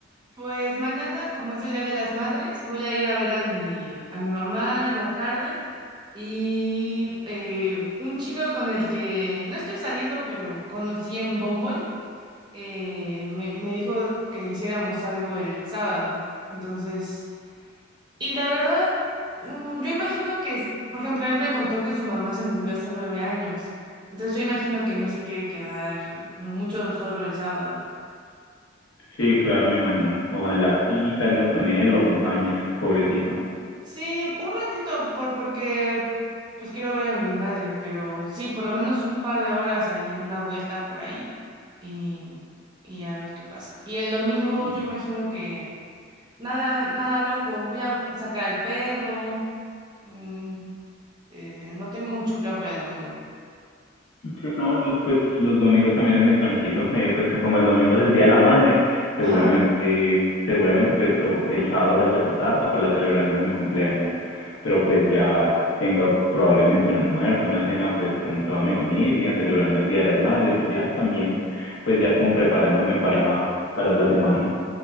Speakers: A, on the right; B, on the left.
A: pues mañana, como es el Día de las Madres, voy a ir a ver a mi, a mi mamá en la tarde. Y eh, un chico con el que no estoy saliendo, pero conocí en Bumble, eh, me, me dijo que hiciéramos algo el sábado. Entonces, Y la verdad, mm, yo imagino que, por ejemplo, él me contó que su mamá se murió hace nueve años. Entonces yo imagino que no se quiere quedar mucho solo el sábado.
B: Sí, claro, me imagino. Ojalá sí salgas con él, lo acompañes, pobrecito.
A: Sí, un ratito, por, porque pues quiero ver a mi madre, pero sí, por lo menos un par de horas ahí, una vuelta por ahí y, y ya a ver qué pasa. Y el domingo
B: Sí,
A: yo imagino que nada, nada loco, voy a sacar al perro, mm, eh, no tengo mucho plan para el domingo.
B: Sí, no, l- pues los domingos también es muy tranquilo. Eh, pues que como el domingo es el Día de la Madre, seguramente,
A: Ajá.
B: seguramente pues o el sábado salga esta tarde para la celebración de mi cumpleaños. Pero pues ya tenga probablemente un almuerzo, una cena pues con toda mi familia, celebrando el Día de las Madres y ya también, pues ya como preparándome para, para la semana.